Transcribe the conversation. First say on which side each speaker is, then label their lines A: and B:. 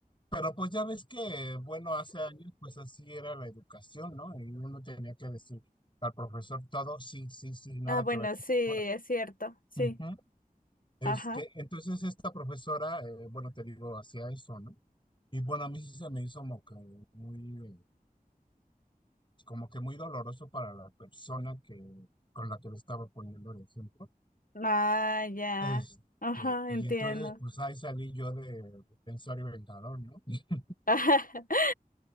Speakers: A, on the left; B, on the left.
A: pero pues ya ves que, bueno, hace años pues así era la educación, ¿no? Y uno tenía que decir al profesor todo, sí, sí, sí, nada
B: Ah, bueno,
A: que ver con
B: sí, es
A: ahora.
B: cierto. Sí.
A: Ujú. Este,
B: Ajá.
A: entonces esta profesora, eh, bueno, te digo, hacía eso, ¿no? Y bueno, a mí sí se me hizo como que muy, eh, como que muy doloroso para la persona que, con la que lo estaba poniendo el ejemplo.
B: Ah, ya.
A: Este,
B: Ajá,
A: y
B: entiendo.
A: entonces pues ahí salí yo de pensar y vengador, ¿no? <laughs>
B: <laughs>